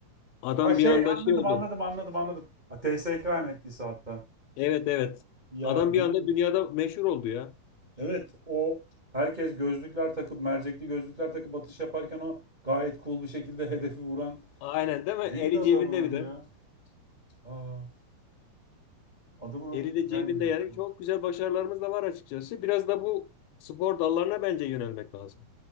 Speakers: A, on the left; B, on the right.
A: Adam
B: Ha şey
A: bir anda
B: anladım
A: şey oldu.
B: anladım anladım anladım. Ha, TSK emeklisi hatta.
A: Evet evet.
B: Ya
A: Adam
B: neydi?
A: bir anda dünyada meşhur oldu ya.
B: Evet o herkes gözlükler takıp mercekli gözlükler takıp atış yaparken o gayet cool bir şekilde hedefi vuran.
A: Aynen değil mi?
B: Neydi
A: Eli
B: adamın
A: cebinde bir
B: adı
A: de.
B: ya? Aa, adamın
A: Eli
B: adı
A: de
B: gelmiyor.
A: cebinde yani
B: şu
A: çok
B: an.
A: güzel başarılarımız da var açıkçası. Biraz da bu spor dallarına bence yönelmek lazım.